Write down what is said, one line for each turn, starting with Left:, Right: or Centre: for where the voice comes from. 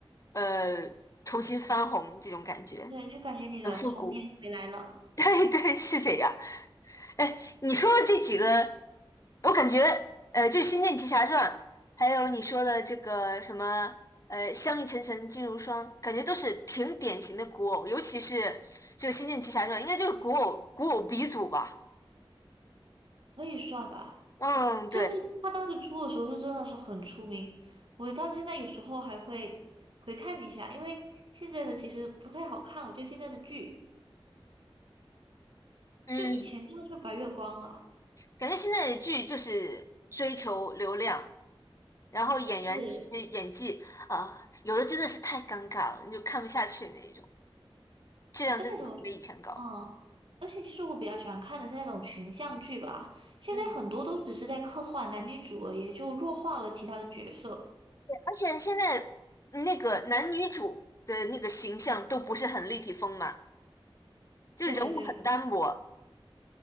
Left: 呃重新翻红这种感觉，
Right: 对，就感觉你的童年回来了，
Left: 很复古。<laughs> 对对，是这样。哎，你说的这几个，我感觉呃就是《仙剑奇侠传》，还有你说的这个什么呃“香蜜沉沉烬如霜”，感觉都是挺典型的古偶，尤其是这个《仙剑奇侠传》，应该就是古偶古偶鼻祖吧。
Right: 可以算吧。
Left: 嗯，对。
Right: 就是他当时出的时候，就真的是很出名，我到现在有时候还会回看一下，因为现在的其实不太好看，我觉得现在的剧
Left: 嗯，
Right: 就以前真的是白月光了，
Left: 感觉现在的剧就是追求流量，然后演员其实演技啊，
Right: 是，
Left: 有的真的是太尴尬了，你就看不下去那一种，质量真的没以前高。
Right: 而且怎么嗯，而且其实我比较喜欢看的是那种群像剧吧，现在很多都只是在刻画男女主而已，
Left: 嗯，
Right: 就弱化了其他的角色。
Left: 而且现在那个男女主的那个形象都不是很立体丰满，就人物很单薄。
Right: 对对，